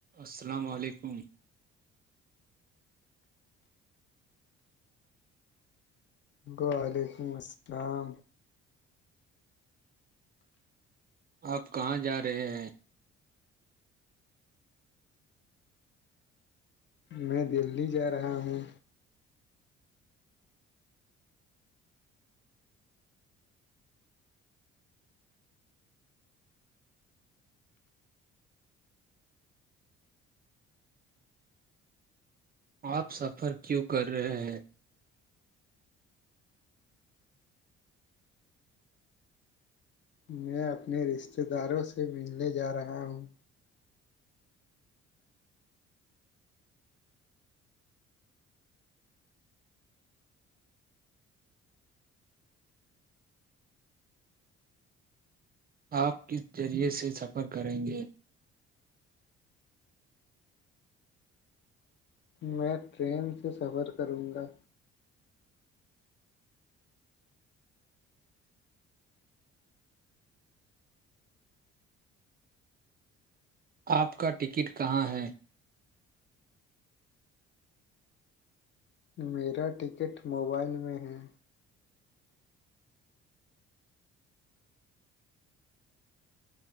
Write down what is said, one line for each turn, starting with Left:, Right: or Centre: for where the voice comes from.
Right: السلام علیکم
Left: وعلیکم السلام
Right: آپ کہاں جا رہے ہیں
Left: میں دہلی جا رہا ہوں
Right: آپ سفر کیوں کر رہے ہیں
Left: میں اپنے رشتہ داروں سے ملنے جا رہا ہوں
Right: آپ کس ذریعے سے سفر کریں گے
Left: میں ٹرین سے سفر کروں گا
Right: آپ کا ٹکٹ کہاں ہے
Left: میرا ٹکٹ موبائل میں ہے